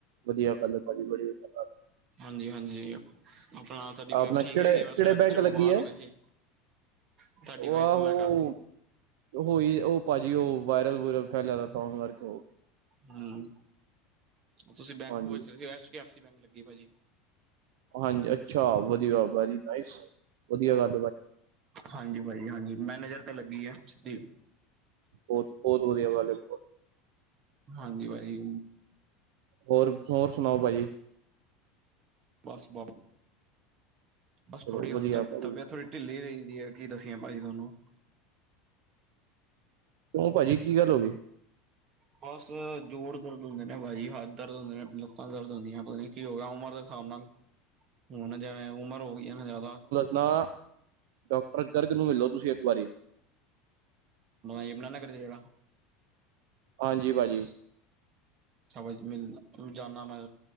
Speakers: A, on the right; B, on the right.
A: ਵਧੀਆ ਗੱਲ ਭਾਜੀ ਬੜੀ ਗੱਲ
B: ਹਾਂਜੀ ਹਾਂਜੀ ਆਪਣਾ ਤੁਹਾਡੀ
A: ਆਪਣਾ
B: ਵਾਈਫ ਠੀਕ
A: ਕਿਹੜੇ
B: ਹੈਗੀ ਆ
A: ਕਿਹੜੇ
B: ਮੈਂ ਸੁਣਿਆ ਪਿੱਛੇ
A: ਬੈਂਕ
B: ਬਿਮਾਰ
A: ਲੱਗੀ ਹੈ
B: ਹੋ ਗਏ ਸੀ ਤੁਹਾਡੀ
A: ਉਹ
B: ਵਾਈਫ
A: ਆਹੋ
B: ਮੈਂ ਕਿਹਾ
A: ਹੋਈ ਉਹ ਭਾਜੀ ਉਹ ਵਾਇਰਲ ਵੁਰਲ ਫੈਲ ਦਾ ਤਾਂ ਕਰਕੇ ਹੋ ਗ
B: ਹਮ ਤੁਸੀਂ ਬੈਂਕ
A: ਹਾਂਜੀ
B: ਵ ਰਹੇ ਸੀ H D F C bank ਲੱਗੇ ਭਾਜੀ
A: ਹਾਂਜੀ ਅੱਛਾ ਵਧੀਆ ਵਰੀ ਨ ਵਧੀਆ ਗ
B: ਹਾਂਜੀ ਭਾਜੀ ਹਾਂਜੀ ਮੈਨੇਜਰ ਤੇ ਲੱਗੀ ਹੈ ਦੀਪ
A: ਬੋਤ ਬੋਤ ਵਧੀਆ ਗੱਲ ਹੈ।
B: ਹਾਂਜੀ ਭਾਜੀ।
A: ਹੋਰ ਹੋਰ ਸੁਣਾਓ ਭਾਜੀ।
B: ਬੱਸ ਬਾ ਬੱਸ
A: ਚਲੋ
B: ਥੋੜੀ
A: ਵਧੀਆ
B: ਹੁਣ ਤਾਂ
A: ਭਾਜੀ
B: ਤਬੀਅਤ ਥੋੜੀ। ਢਿੱਲੀ ਰਹਿੰਦੀ ਹੈ ਕੀ ਦੱਸੀਏ ਭਾਜੀ ਤੁਹਾਨੂੰ।
A: ਓ ਭਾਜੀ ਕੀ ਗੱਲ ਹੋਗੀ?
B: ਬੱਸ ਜੋੜ ਦਰਦ ਹੋਂਦੇ ਨੇ ਭਾਜੀ ਹੱਥ ਦਰਦ ਹੋਂਦੇ ਨੇ, ਲਤਾ ਦਰਦ ਹੋਂਦੀਆ ਨੇ ਪਤਾ ਨੀ ਕੀ ਹੋਗਿਆ ਉਮਰ ਦੇ ਹਿਸਾਬ ਨਾਲ, ਹੁਣ ਜਿਵੇਂ ਉਮਰ ਹੋ ਗਈ ਹੈ ਨਾ ਜਾਦਾ।
A: ਨਾ ਡਾਕਟਰ ਗਰਗ ਨੂੰ ਮਿਲ ਲੋ ਤੁਸੀਂ ਇਕ ਵਾਰੀ।
B: ਯਮੁਨਾਾਨਗਰ ਚੇ ਜੇੜਾ।
A: ਹਾਂਜੀ ਭਾਜੀ
B: ਸਭ ਮਿਲ ਜਾਂਨਾ ਮੈਂ